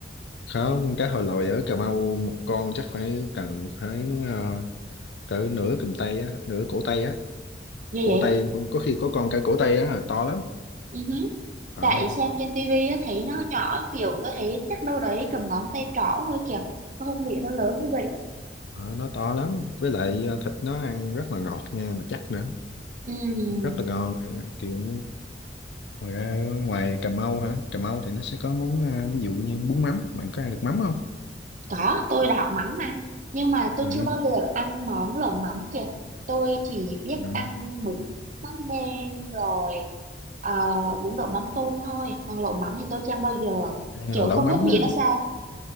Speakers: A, on the left; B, on the right.
A: không cá thòi lòi ở Cà Mau một con chắc phải cần phải ờ, cỡ nửa cầm tay á nửa cổ tay á
B: Như
A: cổ
B: vậy?
A: tay có khi có con cả cổ tay á to lắm
B: Ừ hứ.
A: Ờ,
B: Tại xem trên tivi á, thấy nó nhỏ kiểu tôi thấy chắc đâu đấy cầm ngón tay trỏ thôi kìa. Tôi không nghĩ nó lớn như vậy.
A: ờ, nó to lắm với lại ờ, thịt nó ăn rất là ngọt nha mà chắc nữa
B: Ừm.
A: rất là ngon kiểu ngoài ra ngoài cà mau hả cà mau thì nó sẽ có món à, ví dụ như bún mắm bạn có ăn được mắm không
B: Có, tôi đảo mắm mà. Nhưng mà tôi
A: à,
B: chưa bao giờ được ăn món lẩu mắm kìa. Tôi chỉ biết
A: à,
B: ăn bún mắm nêm rồi ờ, bún đậu mắm tôm thôi. Còn lẩu mắm thì tôi chưa ăn bao giờ. Kiểu
A: à, lẩu
B: không
A: mắm
B: biết vị
A: á,
B: nó sao.